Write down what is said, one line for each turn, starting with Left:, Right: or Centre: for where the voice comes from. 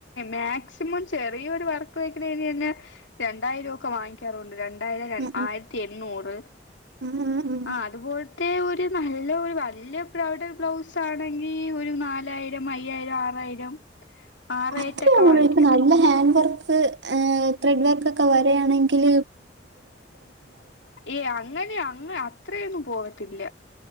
Left: മാക്സിമം ചെറിയൊരു വർക്ക് വെക്കണേന് തന്നെ രണ്ടായിരം ഒക്കെ വാങ്ങിക്കാറുണ്ട് രണ്ടായിരം,
Right: ഉം
Left: ആയിരത്തി എണ്ണൂറ്,
Right: ഉം ഉം ഉം ഉം
Left: ആ അതുപോലത്തെ ഒരു നല്ല വലിയ ബ്രൈഡൽ ബ്ലൗസ് ആണെങ്കിൽ ഒരു നാലായിരം അയ്യായിരം, ആറായിരം ആ റേറ്റൊക്കെ
Right: അത്രെ അങ്ങ് ഉളള്,
Left: വാങ്ങിക്കാം
Right: ഇപ്പൊ നല്ല ഹാൻഡ് വർക്ക് <unintelligible> ത്രഡ് വർക്കൊക്കെ വരികെ ആണെങ്കിൽ
Left: ഏ അങ്ങനെയ അങ്ങ അത്രയൊന്നും പോവത്തില്ല